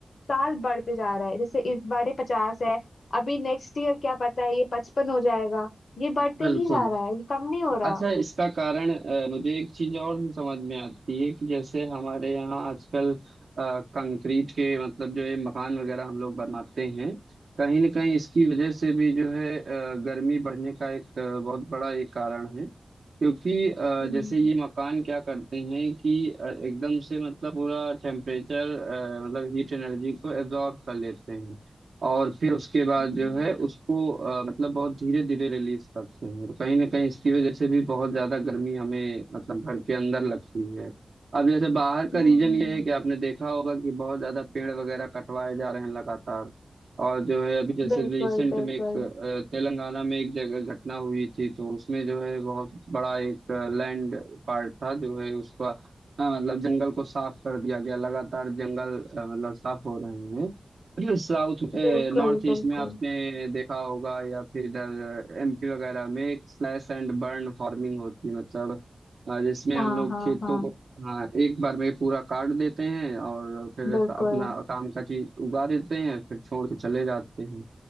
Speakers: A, on the left (about 70°); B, on the right (about 70°).
A: साल बढ़ते जा रहा है जैसे इस बार ये पचास है अभी नेक्स्ट ईयर क्या पता है ये पचपन हो जाएगा ये बढ़ते
B: बिल्कुल
A: ही जा रहा है ये कम नहीं हो रहा
B: अच्छा इसका कारण अ, मुझे एक चीज और भी समझ में आती है कि जैसे हमारे यहाँ आजकल अ, कंक्रीट के मतलब जो ये मकान वगैरह हम लोग बनाते हैं कहीं ना कहीं इसकी वजह से भी जो है अ, गर्मी बढ़ने का एक अ, बहुत बड़ा एक कारण है क्योंकि अ,
A: हम्म
B: जैसे ये मकान क्या करते हैं कि अ, एकदम से मतलब पूरा टेम्परेचर मतलब हीट एनर्जी को एब्जॉर्ब कर लेते हैं और फिर उसके बाद
A: हम्म
B: जो है उसको अ, मतलब बहुत धीरे धीरे रिलीज करते हैं और कहीं ना कहीं इसकी वजह से भी बहुत ज्यादा गर्मी हमें मतलब घर के अंदर लगती है अब जैसे बाहर का
A: हम्म,
B: रीजन ये है कि आपने देखा होगा कि बहुत ज्यादा पेड़ वगैरह कटवाए जा रहे हैं लगातार और जो है अभी जैसे
A: बिल्कुल
B: रिसेंट
A: बिल्कुल
B: में एक अ, तेलंगाना में एक जगह घटना हुई थी तो उसमें जो है बहुत बड़ा एक लैंड पार्ट था जो है उसका अ, मतलब जंगल को साफ कर दिया गया लगातार जंगल अ, मतलब साफ हो रहे हैं साउथ
A: बिल्कुल
B: नॉर्थ ईस्ट
A: बिल्कुल
B: में आपने देखा होगा या फिर इधर एमपी वगैरह में एक स्लैश एंड बर्न फार्मिंग होती है मतलब अ, जिसमें
A: हाँ
B: हम लोग
A: हाँ
B: खेतों
A: हाँ
B: को हाँ एक बार में पूरा काट देते हैं और फिर
A: बिल्कुल
B: अपना काम का चीज उगा देते हैं फिर छोड़ के चले जाते हैं